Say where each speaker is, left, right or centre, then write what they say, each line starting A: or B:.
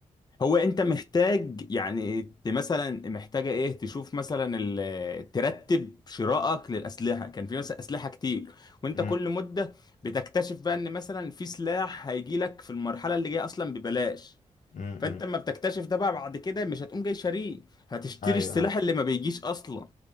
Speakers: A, on the left (about 30°); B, on the left (about 65°).
A: هو انت محتاج يعني ت- مثلا محتاجه ايه تشوف مثلا ال- ترتب شرائك للاسلحه كان في مثلا اسلحه كتير وانت
B: امم
A: كل مده بتكتشف بقى ان مثلا في سلاح هيجي لك في المرحله اللي جايه اصلا ببلاش
B: امم،
A: فانت
B: امم.
A: اما بتكتشف ده بقى بعد كده مش هتقوم جاي شاريه هتشتري
B: ايوه
A: السلاح
B: ايوه
A: اللي ما بيجيش اصلا